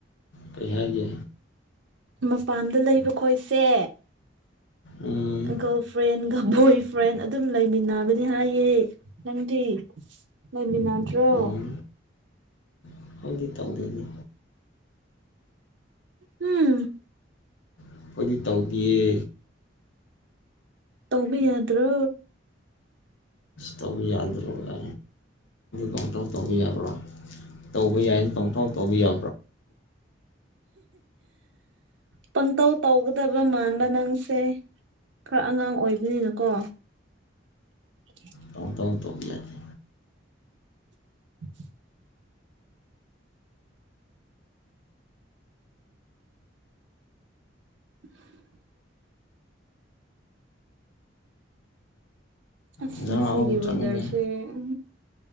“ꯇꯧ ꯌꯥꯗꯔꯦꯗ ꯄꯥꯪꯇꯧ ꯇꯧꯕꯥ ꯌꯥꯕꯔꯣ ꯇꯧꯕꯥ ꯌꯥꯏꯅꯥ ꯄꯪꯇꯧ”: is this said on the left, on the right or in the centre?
Left